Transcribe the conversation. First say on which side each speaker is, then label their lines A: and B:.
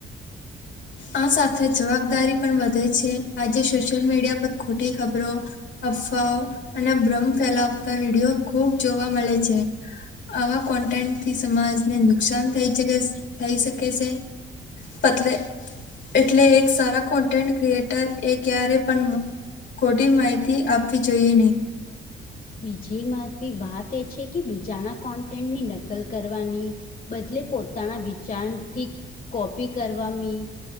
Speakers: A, on the left; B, on the left.
A: આ સાથે જવાબદારી પણ વધે છે આજે સોશિયલ મીડિયા પર ખોટી ખબરો અફવાઓ અને ભ્રમ ફેલાવતા વિડીયો ખુબ જોવા મળે છે. આવા કોન્ટેન્ટથી સમાજને નુકસાન થઈ થઈ શકે છે. પતલે એટલે એક સારા કોન્ટેન્ટ ક્રિએટર એ ક્યારે પણ. ખોટી માહિતી આપવી જોઈએ નહી.
B: બીજી મહવી વાત એ છે કે બીજા ના કોન્ટેન્ટની નક નકલ કરવાની બદલે પોતાના વિચારથી કોપી કરવાની.